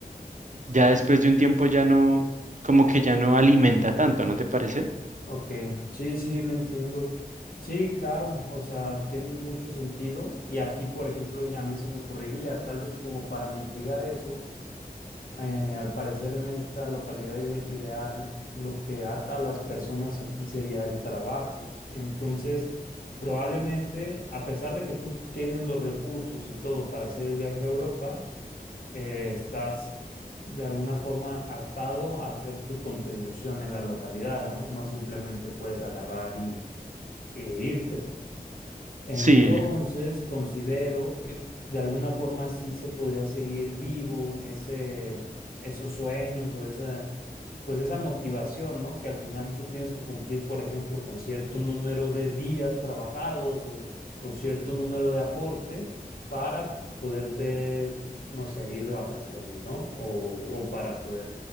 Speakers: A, on the right; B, on the left.
A: ya después de un tiempo ya no, como que ya no alimenta tanto, ¿no te parece?
B: Ok, sí, sí, lo entiendo. Sí, claro, o sea, tiene mucho sentido. Y aquí, por ejemplo, a mí se me ocurriría, tal vez como para mitigar eso, Eh, al parecer en esta localidad ide- ideal, lo que ata a las personas aquí sería el trabajo. Entonces, probablemente, a pesar de que tú tienes los recursos y todo para hacer el viaje a Europa, eh, estás de alguna forma atado a hacer tu contribución en la localidad, ¿no? No simplemente puedes agarrar y, e irte. Entonces,
A: Sí.
B: considero que de alguna forma sí se podría seguir vivo ese, esos sueños o esa, pues esa motivación, ¿no? Que al final tú tienes que cumplir, por ejemplo, con cierto número de días trabajados o, o cierto número de aporte para poderte, no sé, ir de vacaciones, ¿no? O, o para poder,